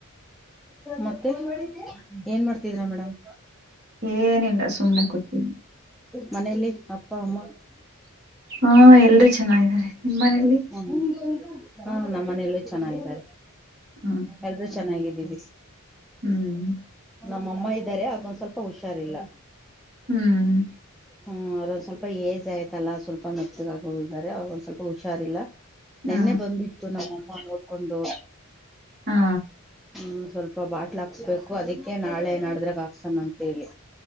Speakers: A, in the centre; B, on the right (about 50°).
A: ಮತ್ತೆ ಏನ್ ಮಾಡ್ತಿದಿರಾ ಮೇಡಮ್.
B: ಏನಿಲ್ಲ ಸುಮ್ನೆ ಕೂತ್ತಿನಿ.
A: ಮನೇಯಲಿ ಅಪ್ಪ, ಅಮ್ಮ
B: ಹಾ ಎಲ್ರೂ ಚೆನ್ನಾಗಿದ್ದಾರೆ ನಿಮ್ಮ್ ಮನೇಯಲ್ಲಿ.
A: ಹ್ಮು ಹಾ ನಮ್ಮ ಮನೆಯಲ್ಲೂ ಚೆನ್ನಾಗಿದ್ದಾರೆ
B: ಹ್ಮ್
A: ಎಲ್ರೂ ಚೆನ್ನಾಗಿದ್ದೀವಿ.
B: ಹ್ಮ್
A: ನಮ್ಮ ಅಮ್ಮ ಇದ್ದಾರೆ ಅವರಿಗೊಂದ್ ಸ್ವಲ್ಪ ಹುಷಾರಿಲ್ಲ.
B: ಹ್ಮ್
A: ಹ್ಮು ಅವರೊಂದ್ ಸ್ವಲ್ ಲ್ಪ್ ಏಜ್ ಆಯ್ತಲ್ಲ ಸ್ವಲ್ಪ ಮೆತ್ತಗಾಗ ಹೋಗಿದ್ದಾರೆ ಅವ್ರಗೊಂದ್ ಸ್ವಲ್ಪ ಹುಷಾರಿಲ್ಲ.
B: ಹಾ
A: ನೆನ್ನೆ ಬಂದಿತ್ತು ನಮ್ಮ್ ಅಮ್ಮ ನೋಡ್ಕೊಂಡು.
B: ಹಾ
A: ಹ್ಮು ಸ್ವಲ್ಪ ಬಾಟ್ಲ್ ಹಾಕ್ಸ್ಬೇಕು ಅದಕ್ಕೆ ನಾಳೆ ನಾಡಿದ್ರಾಗ್ ಹಾಕ್ಸಣ ಅಂತೇಳಿ.